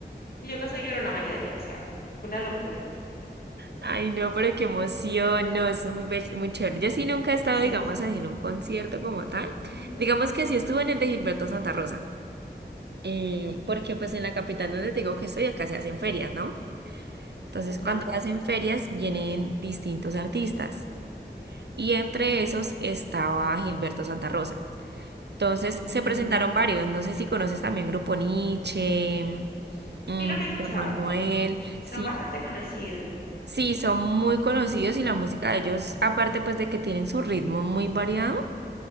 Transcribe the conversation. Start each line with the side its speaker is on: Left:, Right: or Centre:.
Left: Y yo que soy llorona, imagínate, o sea, una locura.
Right: Ay, no, pero qué emoción, no, eso es muy, be- muy chévere. Yo sí nunca he estado,
Left: Sí,
Right: digamos,
Left: sí.
Right: así en un concierto como tal.
Left: No.
Right: Digamos que sí estuve en el de Gilberto Santa Rosa, eh, porque pues en la capital donde te digo que estoy, acá se hacen ferias, ¿no? Entonces,
Left: Ajá,
Right: cuando hacen ferias, vienen distintos artistas y entre esos estaba Gilberto Santa Rosa. Entonces, se
Left: genial.
Right: presentaron varios, no sé si conoces también Grupo Nietzsche, mm,
Left: Sí, los
Right: Víctor
Left: he escuchado.
Right: Manuel,
Left: Son
Right: sí,
Left: bastante conocidos.
Right: Sí, son muy conocidos y la música de ellos, aparte pues de que tienen su ritmo muy variado,